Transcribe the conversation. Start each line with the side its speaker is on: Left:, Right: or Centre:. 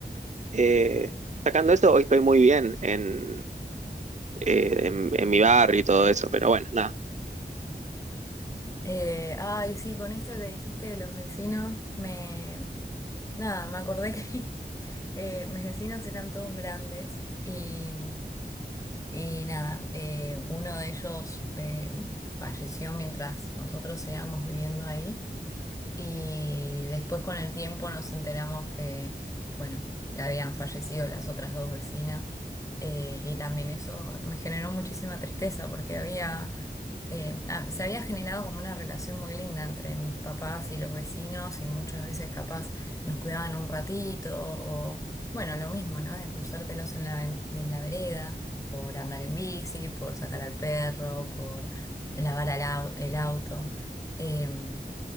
Right: Eh,
Left: Eh,
Right: sacando eso, hoy estoy muy bien en, eh, en, en mi barrio y todo eso, pero bueno, nada.
Left: Eh, ay, sí, con esto que dijiste de los vecinos, me... Nada, me acordé que <laughs> eh, mis vecinos eran todos grandes y, y nada, eh, uno de ellos eh, falleció mientras nosotros íbamos viviendo ahí Y después con el tiempo nos enteramos que, bueno, que habían fallecido las otras dos vecinas. Eh, y también eso me generó muchísima tristeza porque había, eh, ah, se había generado como una relación muy linda entre mis papás y los vecinos y muchas veces capaz nos cuidaban un ratito o, bueno, lo mismo, ¿no? De cruzártelos en la, ven- en la vereda por andar en bici, por sacar al perro, por lavar al au- el auto. em,